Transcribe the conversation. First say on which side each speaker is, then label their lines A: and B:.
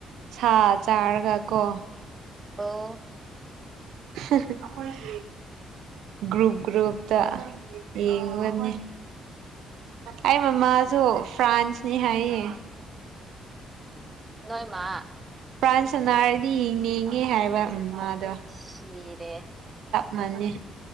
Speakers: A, on the right; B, on the right.
A: ꯁꯥ ꯆꯥꯔꯒ ꯀꯣ
B: ꯑꫭ
A: ꯍ <unintelligible> ꯒ꯭ꯔꯨꯞ ꯒ꯭ꯔꯨꯞꯇ ꯌꯦꯡꯒꯅꯤ ꯑꯩ ꯃꯃꯥꯁꯨ ꯐ꯭ꯔꯥꯟꯁꯅꯤ ꯍꯥꯏꯌꯦ
B: ꯅꯣꯏ ꯃꯥ
A: ꯐ꯭ꯔꯥꯟꯁ ꯁꯅꯥꯔꯗꯤ ꯌꯦꯡꯅꯤꯡꯉꯦ ꯍꯥꯏꯕ ꯃꯥꯃꯥꯗꫭ ꯃꯥꯗꯣ
B: <inaudible> ꯆꯔꯦ <unintelligible>
A: ꯃꯅꯤ